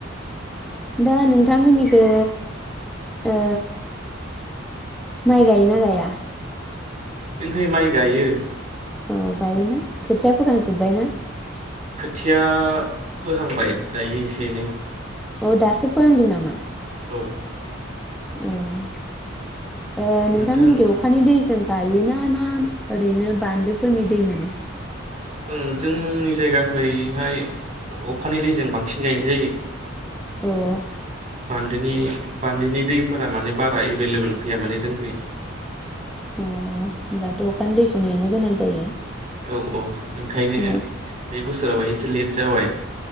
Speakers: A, in the centre; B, on the right (about 40°).
A: दा नोंथांमोननिखै ओ माइ गायोना गाया?
B: जोंखोय माइ गायो।
A: औ गायो ना खो थिया फोखांजोबबायना?
B: थिया फोहांबाय दायो एसे एनै।
A: औ दासो फोहांदों नामा?
B: औ
A: अ ओ नोंथांमोननिखै
B: नोंथां
A: अखानि दैजों गायोना ना ओरैनो बान्दोफोरनि दै मोनो?
B: ओं जोंनि जायगाखैहाय अखानि दैजों बांसिन गायनाय जायो।
A: औ
B: बान्दोनि बान्दोनि दैफोर बारा माने बारा एभेलेबेल फैया माने जों
A: अ ओमब्लाथ' अखानि दैखौ नेनो गोनां जायो।
B: औ औ ओंखायनो
A: अ
B: बे बोसोराव एसे लेत जाबाय।